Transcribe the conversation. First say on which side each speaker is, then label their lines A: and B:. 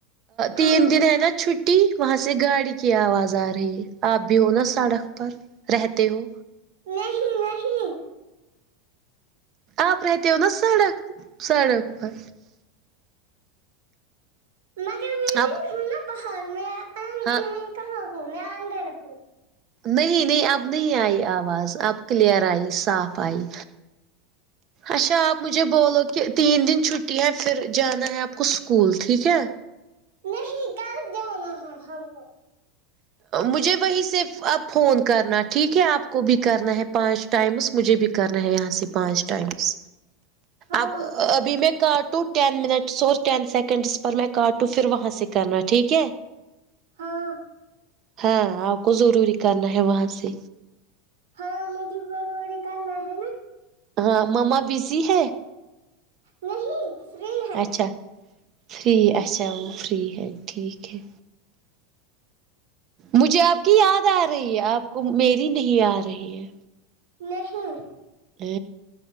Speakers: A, on the right; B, on the right.
A: ہاں
B: تین دن ہے نہ چھٹی وہاں سے گاڑی کی آواز آ رہی ہے آپ بھی ہو نہ سڑک پر رہتے ہو
A: نہیں نہیں
B: آپ رہتی ہو نہ سڑک سڑک پر
A: مگر میں
B: اب
A: کیوں نہ بہت باہر میں آئے
B: ہاں
A: تم کہاں ہو میں آندر رکھ رہی ہوں
B: نہیں نہیں اب نہیں آئی آواز اب کلیئر آئی صاف آئی اچھا آپ مجھے بولو کہ تین دن چھٹی ہے پھر جانا ہے آپ کو اسکول ٹھیک ہے
A: نہیں کل جانا ہے ہم کو
B: مجھے وہی سے اب فون کرنا ٹھیک ہے آپ کو بھی کرنا ہے پانچ ٹائمس مجھے بھی کرنا ہے یہاں سے پانچ ٹائمس
A: ہاں
B: اب ابھی میں کاٹوں ٹین منٹس اور یین سیکنڈس پر میں کاٹوں پھر وہاں سے کرنا ٹھیک ہے
A: ہاں
B: ہاں آپ کو ضروری کرنا ہے وہاں سے
A: ہاں میں تو پھر بڑی کال کرنا ہے نہ
B: ہاں مما بزی ہے
A: نہیں فری ہے
B: اچھا فری اچھا وہ فری ہے ٹھیک ہے مجھے آپ کی یاد آ رہی ہے آپ کو میری نہیں آ رہی ہے
A: نہیں
B: ا